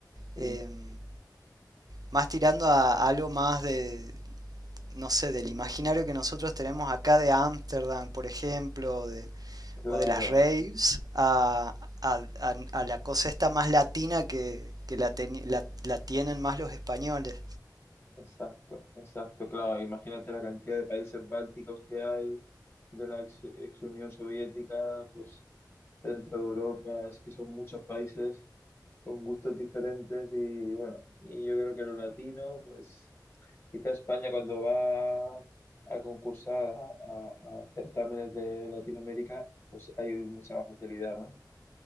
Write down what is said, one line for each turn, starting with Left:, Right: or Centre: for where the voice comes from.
Left: sí,
Right: eh, más tirando a algo más de no sé, del imaginario que nosotros tenemos acá de Ámsterdam, por ejemplo, de,
Left: claro,
Right: o de las raves, a, a, a- a la cosa esta más latina que, que la, teni- la- la tienen más los españoles.
Left: exacto, exacto, claro. Imagínate la cantidad de países bálticos que hay, de la ex, ex Unión Soviética, pues centro de Europa, es que son muchos países con gustos diferentes y bueno, y yo creo que lo latino, pues... Quizá España cuando va a concursar a, a- a certámenes de Latinoamérica, pues hay mucha más facilidad, ¿no?